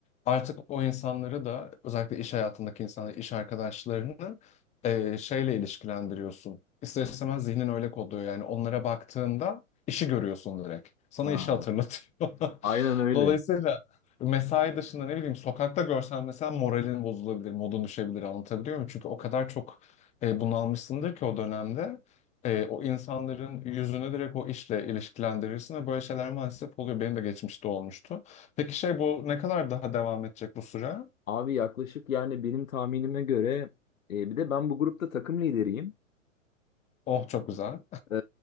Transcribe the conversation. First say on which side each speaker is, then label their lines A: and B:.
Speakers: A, on the left; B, on the left.
A: artık o insanları da özellikle iş hayatındaki insanları, iş arkadaşlarını e, şeyle ilişkilendiriyorsun. İster istemez zihnin öyle kodluyor yani onlara baktığında işi görüyorsun direkt. Sana
B: Ha,
A: işi hatırlatıyor.
B: aynen
A: <laughs>
B: öyle.
A: Dolayısıyla mesai dışında ne bileyim sokakta görsen mesela moralin bozulabilir, modun düşebilir anlatabiliyor muyum? Çünkü o kadar çok e, bunalmışsındır ki o dönemde e, o insanların yüzünü direkt o işle ilişkilendirirsin ve böyle şeyler maalesef oluyor. Benim de geçmişte olmuştu. Peki şey bu ne kadar daha devam edecek bu süre?
B: Abi yaklaşık yani benim tahminime göre e, bir de ben bu grupta takım lideriyim.
A: Oh çok güzel.
B: E,